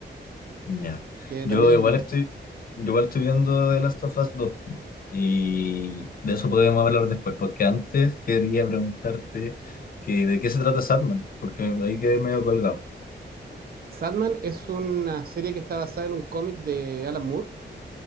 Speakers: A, on the left; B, on the right.
A: Ya.
B: que
A: Yo
B: también
A: igual
B: es en Netflix.
A: estoy, yo igual estoy viendo The Last of Us 2. Y de eso podemos hablar después, porque antes quería preguntarte que de qué se trata Sandman, porque ahí quedé medio colgado.
B: Sandman es una serie que está basada en un cómic de Alan Moore